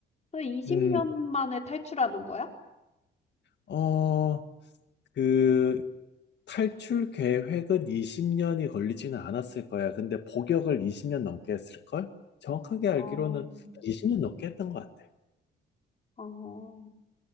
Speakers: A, on the left (about 35°); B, on the left (about 60°).
A: 너 20년
B: 음,
A: 만에 탈출하는 거야?
B: 어, 그, 탈출 계획은 20년이 걸리지는 않았을 거야. 근데 복역을 20년 넘게 했을걸? 정확하게 알기로는
A: 어,
B: 20년 넘게 했던 것 같아.
A: 어.